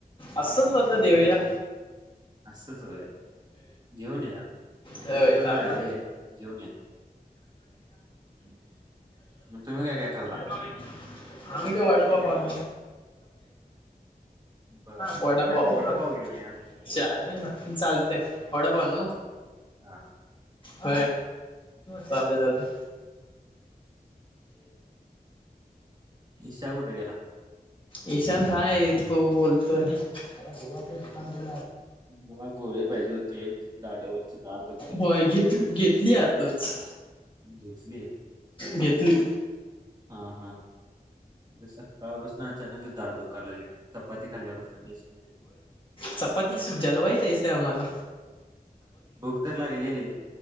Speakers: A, on the left; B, on the right.
A: असंच बदलं देवया.
B: असचय घेऊन या.
A: होय
B: भूक पण
A: चांगलं
B: लागली आहे, घेऊन या मग तुम्ही काय काय खाल्ला
A: पा <inaudible> अम वाटॉला
B: बर
A: वडपाव
B: मग
A: अच्
B: वडापाव घेऊन या
A: ना चालतय ड बनू
B: हा.
A: ह चालले चालले.
B: विशाकुठे गेला.
A: ईशान आहे तो बोलतोय ग दुकान क
B: मला गोळे पाहिजे होती एक दाढवरची दाढ दुखत्या
A: होय घेत घेतलीत. तेच.
B: तेचरे
A: घेतली.
B: हा हा. सकाळपासून अचानकच झाड दुकारलेले चपाती खाल्ल्यापासून मेस मध्ये
A: चपती जलवाई तैस आमला
B: भूक तर लागलेले.